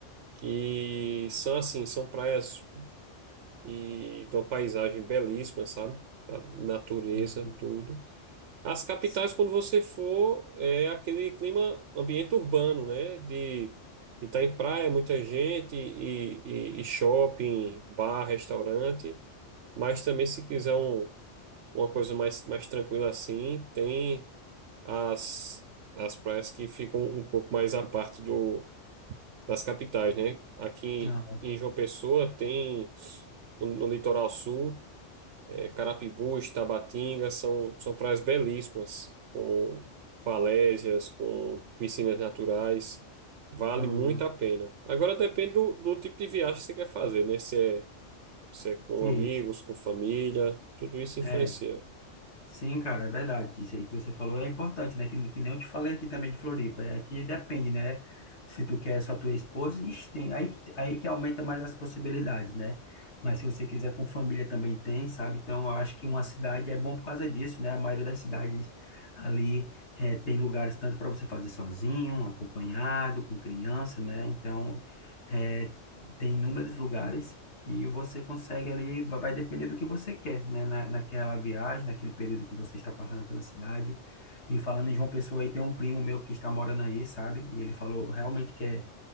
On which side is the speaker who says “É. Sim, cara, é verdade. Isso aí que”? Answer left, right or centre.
Left